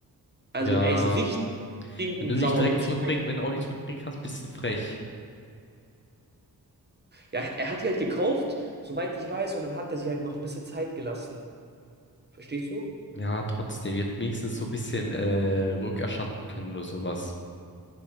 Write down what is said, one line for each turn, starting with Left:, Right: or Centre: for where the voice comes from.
Right: Also
Left: Ja.
Right: er ist richtig stinkend
Left: Wenn du nicht
Right: sauer.
Left: direkt
Right: Du musst,
Left: zurückbringen, wenn du auch nicht zurückbringen kannst, bisschen frech.
Right: ja, er hat die halt gekauft, soweit ich weiß, und dann hat er sich halt noch ein bisschen Zeit gelassen. Verstehst du?
Left: Ja, trotzdem. Ihr hättet wenigstens so ein bisschen äh, rückerstatten können oder sowas.